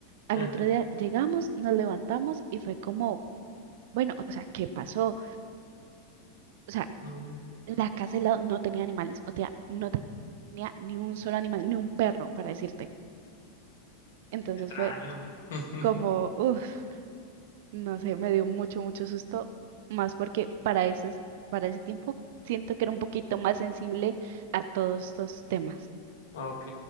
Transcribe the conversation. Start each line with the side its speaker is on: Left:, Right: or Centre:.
Right: Al
Left: mm,
Right: otro día llegamos, nos levantamos, y fue como, bueno, o sea, ¿qué pasó? O sea,
Left: mm,
Right: la casa del lado no tenía animales, o sea, no tenía ni un solo animal, ni un perro, para decirte. Entonces
Left: extraño.
Right: fue
Left: <laughs>
Right: como, uff. No sé, me dio mucho, mucho susto, más porque para esos, para ese tiempo siento que era un poquito más sensible a todos estos temas.
Left: Ok,